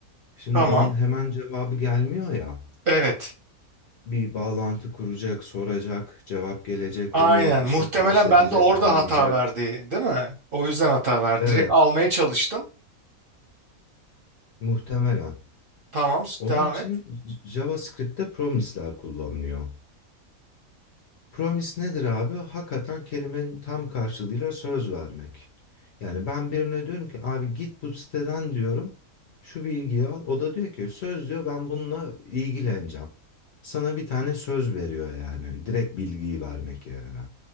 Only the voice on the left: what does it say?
Şimdi
onun hemen cevabı gelmiyor ya.
Bir bağlantı kuracak, soracak, cevap gelecek,
onu işte
parse edecek,
anlayacak.
Evet,
muhtemelen.
Onun
için
J- JavaScript'te promisler kullanılıyor. Promise nedir abi? Hakikaten kelimenin tam karşılığıyla söz vermek. Yani ben birine diyorum ki abi git bu siteden diyorum. Şu bilgiyi al. O da diyor ki söz diyor ben bununla ilgileneceğim. Sana bir tane söz veriyor yani. Direkt bilgiyi vermek yerine.